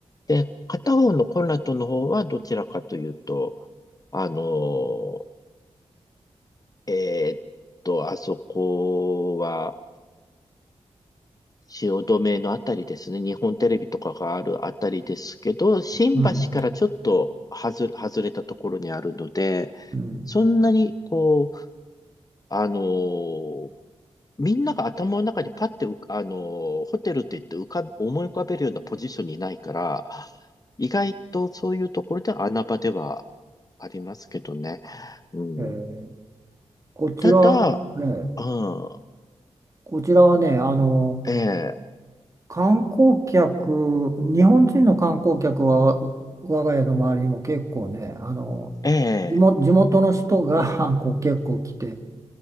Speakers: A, on the left; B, on the right.
A: で、片方のコンラッドの方はどちらかというと、あのーえーっと、あそこは、汐留のあたりですね。日本テレビとかがあるあたりですけど、新橋からちょっと外れ、
B: うん、
A: 外れたところにあるので、
B: うん。
A: そんなに、こう、あのーみんなが頭の中にパッて浮か、あのーホテルって言って浮かぶ、思い浮かべるようなポジションにないから、意外とそういうところでは穴場ではありますけどね。うん、
B: えーこちら、
A: ただ、
B: ね、
A: うん、
B: こちらはね、あの、
A: ええ
B: 観光客、日本人の観光客は、我が家の周りにも結構ね、あの、
A: ええ
B: 地元、地元の人が <laughs> こう結構来て、